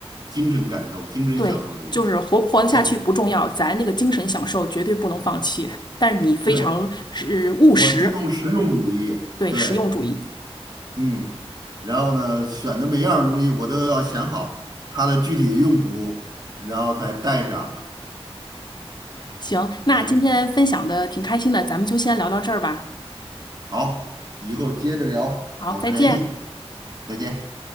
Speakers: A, on the right; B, on the left.
A: 精神感受、精神享受的人。
B: 对，就是活不活得下去不重要，
A: 对。
B: 咱那个精神享受绝对不能放弃。但是你非常是务实，
A: 对，我注重实用主义，
B: 对，
A: 对，
B: 实用主义。
A: 嗯，然后呢，选的每样东西我都要想好它的具体的用途，然后才带上。
B: 行，那今天分享的挺开心的，
A: 嗯，
B: 咱们就先聊到这儿吧。
A: 好，以后接着聊，
B: 好，
A: 保持联系，
B: 再见。
A: 再见。